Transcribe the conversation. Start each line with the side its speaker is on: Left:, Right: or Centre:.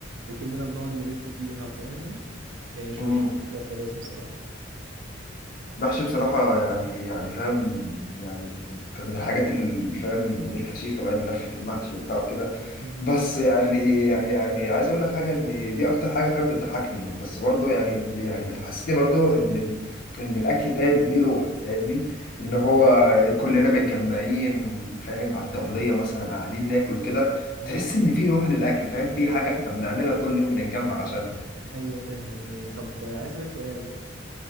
Right: وكلنا بنقعد نلف فيها فاهمني يعني مش
Left: امم
Right: مجرد اكلة وخلاص بصراحة
Left: محشي بصراحة يعني يعني فاهم يعني من من الحاجات اللي فاهم الفشيخة بقى لفة المحشي وبتاع كده
Right: مم.
Left: بس يعني يعني عايز أقول لك حاجة إن دي أكتر حاجة فاهم بتضحكني بس برضه يعني يعني بتحسسني برضه إن ال... إن الأكل فاهم ليه روح فاهمني
Right: ايوه
Left: إن هو
Right: فاهم
Left: كلنا متجمعين فاهم على الطبلية مثلا قاعدين ناكل كده
Right: مم.
Left: تحس إن في روح للأكل فاهم في حاجة إحنا بنعملها كل يوم بنتجمع عشانها
Right: ايوه فاهم يعني طب عايز اسالك سؤال